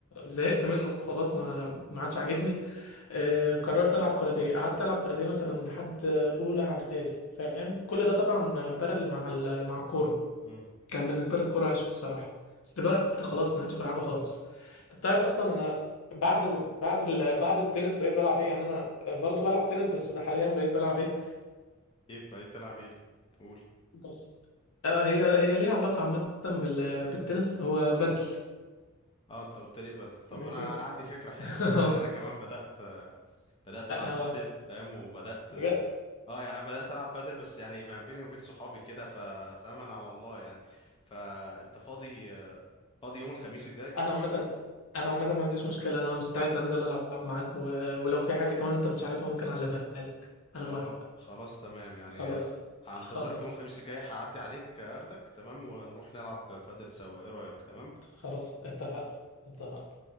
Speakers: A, on the left; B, on the left.
A: زهقت منه خلاص ما ما عادش عاجبني آه، قررت العب كاراتيه قعدت العب كاراتيه مثلا لحد اولى اعدادي فاهم كل ده طبعا بارل مع ال- مع الكوره
B: امم
A: كان بالنسبه لي الكوره عشق الصراحه بس دلوقتي خلاص ما عدتش بلعبها خالص انت بتعرف اصلا انا بعد بعد ال... بعد التنس بقيت بلعب ايه يعني انا برضو بلعب تنس بس حاليا بقيت بلعب ايه
B: ايه بقى إيه تلعب ايه قول
A: بس آه هي هي ليها علاقه عامه بال... بالتنس هو بدل
B: اه انت قلت لي بدل طب
A: ماشي
B: انا
A: <laughs>
B: انا عندي فكرة حلوة لان
A: اه
B: انا كمان بدأت آه، بدأت
A: اه
B: العب بدل فاهم وبدأت
A: بجد
B: اه آه، يعني انا بدأت العب بدل بس يعني ما بيني وبين صحابي كده ف... فاهم انا على الله يعني فانت فاضي آه، فاضي يوم الخميس الجاي
A: انا عامه انا عامه ما عنديش مشكله انا مستعد انزل العب معاك و... ولو في حاجه كمان انت مش عارفها ممكن اعلمها لك
B: خلاص
A: انا موافق
B: خلاص تمام يعني
A: خلاص
B: هنتظرك
A: خلاص
B: يوم الخميس الجاي هعدي عليك اخدك تمام ونروح نلعب بادل سوا ايه رأيك تمام
A: خلاص اتفقنا اتفقنا